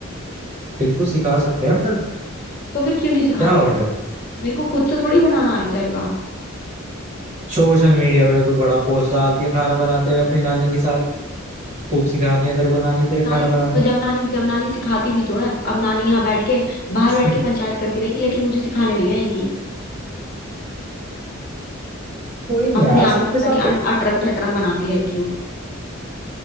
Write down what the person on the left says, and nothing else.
तो फिर क्यों नहीं सिखा
रहे हैं
मेरे को खुद से थोड़ी बनाना आ जाएगा
जब
नानी
तो जब नानी जब नानी सिखाती भी तो है अब नानी यहाँ बैठ के बाहर
बैठ के पंचायत करती रहेंगी लेकिन मुझे सिखाने नहीं आएंगी
अपने
आप
ही पता
नहीं अन-
अटरम खटरम बनाती रहती हूँ